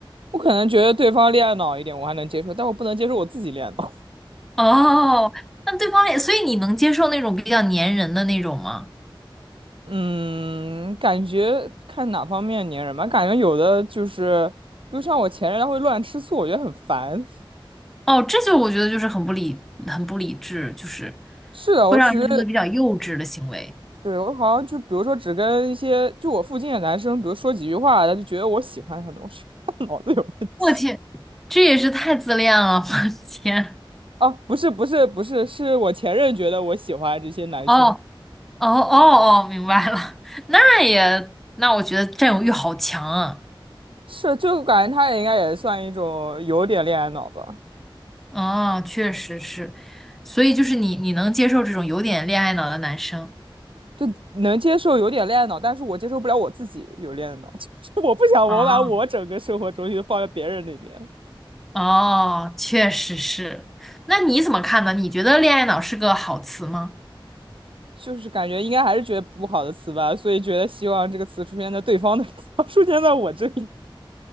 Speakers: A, on the right; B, in the centre.
A: 我可能觉得对方恋爱脑一点，我还能接受，但我不能接受我自己恋爱脑。<laughs>
B: 哦，那对方也，所以你能接受那种比较粘人的那种吗？
A: 嗯，感觉看哪方面粘人吧，感觉有的就是，比如像我前任，他会乱吃醋，我觉得很烦。<laughs>
B: 哦，这就我觉得就是很不理，很不理智，就是
A: 是的，
B: 会让人觉得比较幼稚的行为。
A: 我只是。对，我好像就比如说只跟一些就我附近的男生，比如说几句话，他就觉得我喜欢他们，<laughs> 我觉得他脑子有问题。
B: 我天，这也是太自恋了，我天！
A: 哦，不是不是不是，是我前任觉得我喜欢这些男生，
B: <laughs> 哦哦哦哦，明白了，<laughs> 那也，那我觉得占有欲好强啊。
A: 是就感觉他也应该也算一种有点恋爱脑吧，
B: 哦，确实是，所以就是你你能接受这种有点恋爱脑的男生
A: 就能接受有点恋爱脑，但是我接受不了我自己有恋爱脑，<laughs> 就是我不想我把我整个生活重心都放在别人那边，
B: 啊？哦，确实是。那你怎么看呢？你觉得恋爱脑是个好词吗？
A: 就是感觉应该还是觉得不好的词吧，所以觉得希望这个词出现在对方的地方 <laughs> 出现在我这里。